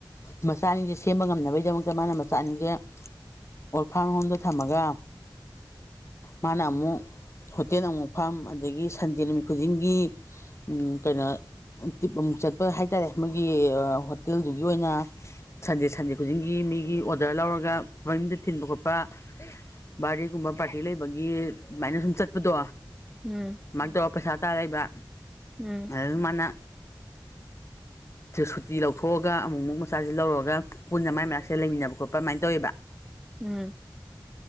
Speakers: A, on the left; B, in the centre.
A: ꯃꯆꯥ ꯑꯅꯤꯁꯦ ꯁꯦꯝꯕ ꯉꯝꯅꯕꯩꯗꯃꯛꯇ ꯃꯥꯅ ꯃꯆꯥꯑꯅꯤꯁꯦ ꯑꯣꯔꯐꯥꯝ ꯍꯣꯝꯗ ꯊꯝꯃꯒ ꯃꯥꯅ ꯑꯃꯨꯛ ꯍꯣꯇꯦꯜ ꯑꯃꯨꯛ ꯐꯝ ꯑꯗꯒꯤ ꯁꯟꯗꯦ ꯅꯨꯃꯤꯠ ꯈꯨꯗꯤꯡꯒꯤ ꯎꯝ ꯀꯩꯅꯣ ꯇꯤꯞ ꯑꯃꯨꯛ ꯆꯠꯄ ꯍꯥꯏ ꯇꯥꯔꯦ ꯃꯣꯏꯒꯤ ꯍꯣꯇꯦꯜꯗꯨꯒꯤ ꯑꯣꯏꯅ ꯁꯟꯗꯦ ꯁꯟꯗꯦ ꯈꯨꯗꯤꯡꯒꯤ ꯃꯤꯒꯤ ꯑꯣꯔꯗꯔ ꯂꯧꯔꯒ ꯃꯌꯨꯝꯗ ꯊꯤꯟꯕ ꯈꯣꯠꯄ ꯕꯥꯔꯗꯦꯒꯨꯝꯕ ꯄꯥꯔꯇꯤ ꯂꯩꯕꯒꯤ ꯑꯗꯨꯃꯥꯏꯅ ꯁꯨꯝ ꯆꯠꯄꯗꯣ
B: ꯅꯣꯌꯦ
A: ꯃꯥꯏ ꯇꯧꯔ ꯄꯩꯁꯥ ꯇꯥ ꯂꯩꯕ
B: ꯎꯝ
A: ꯑꯗꯨ ꯃꯥꯅ ꯁꯨꯇꯤ ꯂꯧꯊꯣꯛꯑꯒ ꯑꯃꯨꯛ ꯃꯨꯛ ꯃꯆꯥꯖꯤ ꯂꯧꯔꯨꯔꯒ ꯄꯨꯟꯅ ꯃꯥꯏ ꯃꯅꯥꯛꯁꯦ ꯂꯩꯃꯤꯟꯅꯕ ꯈꯣꯠꯄ ꯑꯃꯥꯏ ꯇꯧꯋꯦꯕ
B: <unintelligible>